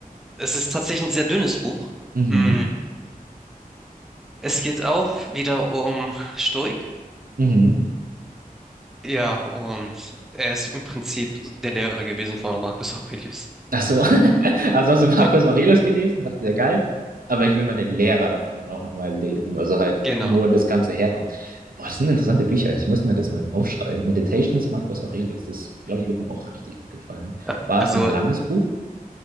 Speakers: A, in the centre; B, on the right (about 70°).
A: Es ist tatsächlich ein sehr dünnes Buch.
B: Mhm.
A: Mm, Es geht auch wieder um Stoik.
B: Mhm.
A: Ja, und er ist im Prinzip der Lehrer gewesen von Marcus Aurelius.
B: Ach so. <laughs> Also hast du Marcus
A: <laughs>
B: Aurelius gelesen? Dachte ich, ja geil. Aber ich will mal den Lehrer davon auch nochmal lesen. Also halt,
A: Genau.
B: wo das Ganze herkommt. Boah, das sind interessante Bücher. Ich muss mir das mal aufschreiben. Meditations Marcus Aurelius. Das, glaube ich, würde mir auch richtig gut gefallen.
A: Ja,
B: War
A: Also
B: es ein langes Buch?